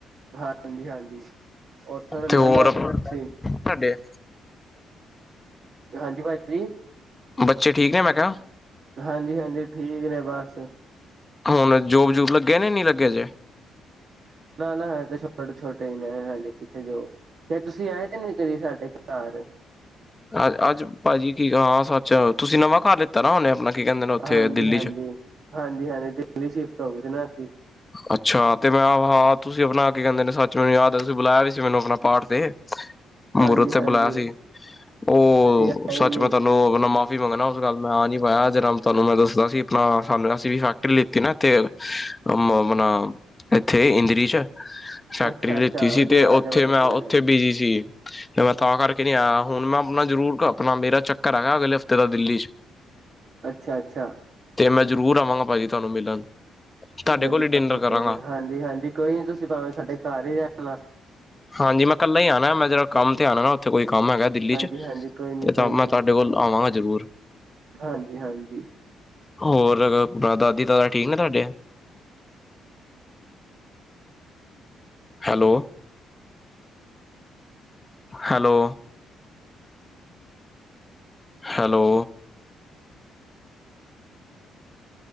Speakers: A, on the right (about 55°); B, on the left (about 20°).
A: ਹਾਂਜੀ-ਹਾਂਜੀ ਉਥੋ ਲੈ
B: ਤੇ
A: ਲੈਣਾਸੀ।
B: ਹੋਰ ਤੁਹਾਡੇ
A: ਹਾਂਜੀ ਭਾਜੀ ਜੀ।
B: ਬੱਚੇ ਠੀਕ ਨੇ ਮੈਂ ਕਿਹਾ।
A: ਹਾਂਜੀ ਹਾਂਜੀ ਠੀਕ ਨੇ ਬਸ।
B: ਹੁਣ ਜੋਬ ਜੁਬ ਲੱਗੇ ਨੇ ਨਹੀ ਲਗੇ ਜੇ।
A: ਨਾ ਨਾ ਹਲੇ ਤਾਂ ਛੋਟੇ ਛੋਟੇ ਹੀ ਨੇ ਹਲੇ ਕਿਥੇ ਜੋਬ ਫੇਰ ਤੁਸੀ ਆਏ ਤੇ ਨੀ ਕਦੇ ਸਾਡੇ ਘਰ। ਸਾਰੇ।
B: ਅ ਅੱਜ ਭਾਜੀ ਕੀ ਹਾਂ ਸੱਚ ਤੁਸੀ ਨਵਾ ਘਰ ਲਿਤਾ ਨਾ ਉਹਨੇ ਆਪਣਾ। ਕੀ ਕਹਿੰਦੇ ਨੇ ਉੱਥੇ
A: ਹਾਂਜੀ-ਹਾਂਜੀ-ਹਾਂਜੀ-ਹਾਂਜੀ
B: ਦਿੱਲੀ ਚ
A: ਦਿੱਲੀ ਸ਼ਿਫਟ ਹੋ ਗਈ ਸੀ ਨਾ ਅਸੀ।
B: ਅੱਛਾ ਤੇ ਮੈਂ ਹਾਂ ਤੁਸੀ ਆਪਣਾ ਕੇ ਕਹਿਦੇ ਨੇ ਸਚ ਮੈਨੂੰ ਯਾਦ ਹੈਸੀ ਬੁਲਾਇਆ ਵੀ ਸੀ ਮੈਨੂੰ ਆਪਣਾ ਪਾਠ ਤੇ
A: ਹਾਂਜੀ
B: ਮੁਰਉਥੇ
A: ਹਾਂਜੀ
B: ਬੁਲਾਇਆ ਸੀ। ਉਹ
A: ਤੁਸੀਂ ਆਏ
B: ਸੱਚ
A: ਨੀ
B: ਮੈਂ ਤੁਹਾਨੂੰ ਮਾਫ਼ੀ ਮੰਗਦਾ ਉਸ ਗਲ ਦਾ ਮੈਂ ਆ ਨੀ ਮੇਰਾ ਜਨਮਦਿਨ ਤੁਹਾਨੂੰ ਮੈਂ ਦਸਨਾ ਸੀ ਆਪਣਾ ਸਾਨੂੰ ਅਸੀ ਵੀ ਫੈਕਟਰੀ ਲਿਤੀ ਨਾ ਐਥੇ ਆਪਣਾ ਇਥੇ ਇੰਦਰੀ ਚ। ਫੈਕਟਰੀ
A: ਅੱਛਾ
B: ਲਿਤੀ
A: ਅੱਛਾ
B: ਸੀ
A: ਵਧੀਆ
B: ਤੇ
A: ਗੱਲ
B: ਉਥੇ
A: ਹੈ ਵਧੀਆ
B: ਮੈਂ
A: ਗੱਲ
B: ਉਥੇ
A: ਹੈ
B: ਬਿਜੀ ਸੀ। ਤੇ ਮੈ ਤਾਂ ਕਰਕੇ ਨਹੀ ਆਇਆ ਹੁਣ ਮੈ ਆਪਣਾ ਜ਼ਰੂਰ ਆਪਣਾ ਮੇਰਾ ਚੱਕਰ ਹੈਗਾ ਅਗਲੇ ਹਫ਼ਤੇ ਦਾ ਦਿੱਲੀ ਚ। ਹ <unintelligible>
A: ਅੱਛਾ ਅੱਛਾ।
B: ਤੇ ਮੈਂ ਜ਼ਰੂਰ ਆਵਾਂਗਾ ਭਾਜੀ ਤੁਹਾਨੂੰ ਮਿਲਣ। ਤੁਹਾਡੇ
A: ਵਧੀਆ
B: ਕੋਲ ਹੀ ਡਿਨਰ ਕਰਾਂਗਾ।
A: ਵਧੀ ਹਾਂਜੀ ਹਾਂਜੀ ਕੋਈ ਨੀ ਤੁਸੀਂ ਭਾਵੇਂ ਸਾਡੇ ਘਰ ਹੀ ਰਹਿਣਾ।
B: ਹਾਂਜੀ ਮੈਂ ਕੱਲਾ ਹੀ ਆਣਾ ਮੈਂ ਜਰਾ ਕੰਮ ਤੇ ਆਉਣਾ ਨਾ ਉੱਥੇ ਕੋਈ। ਕੰਮ ਹੈਗਾ ਦਿੱਲੀ
A: ਹਾਂਜੀ
B: ਚ।
A: ਹਾਂਜੀ ਕੋਈ ਨੀ
B: ਤੇ
A: ਕੋਈ
B: ਤਾਂ ਮੈਂ
A: ਨੀ
B: ਤੁਹਾਡੇ ਕੋਲ ਆਵਾਂਗਾ ਜ਼ਰੂਰ।
A: ਹਾਂਜੀ ਹਾਂਜੀ।
B: ਹੋਰ ਦਾਦੀ ਦਾਦਾ ਠੀਕ ਨੇ ਤੁਹਾਡੇ। Hello hello. Hello.